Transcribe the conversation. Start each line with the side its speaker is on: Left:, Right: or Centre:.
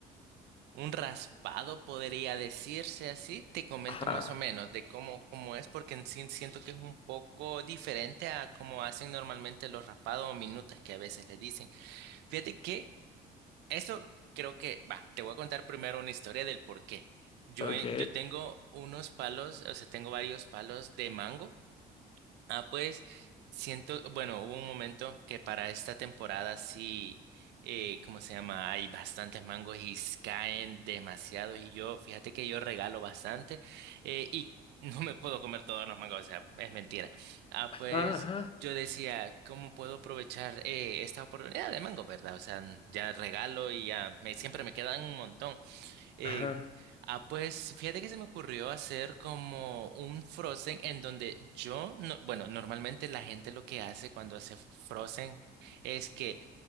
Right: Un raspado podría decirse así. Te comento
Left: Ajá,
Right: más o menos de cómo, cómo es, porque en sí siento que es un poco diferente a cómo hacen normalmente los raspados o minutas que a veces les dicen. Fíjate que eso creo que, va, te voy a contar primero una historia del por qué. Yo,
Left: ok.
Right: eh, yo tengo unos palos, o sea, tengo varios palos de mango. Ah, pues siento, bueno, hubo un momento que para esta temporada sí, eh, ¿cómo se llama? Hay bastantes mangos y s- caen demasiados y yo, fíjate que yo regalo bastante eh, y no me puedo comer todos los mangos, o sea, es mentira. Ah, pues
Left: Ajá, ajá,
Right: yo decía, ¿cómo puedo aprovechar eh, esta oportunidad de mango, verdad? O sea, ya regalo y ya me, siempre me quedan un montón. Eh,
Left: ajá.
Right: ah, pues fíjate que se me ocurrió hacer como un Frozen en donde yo, no, bueno, normalmente la gente lo que hace cuando hace Frozen es que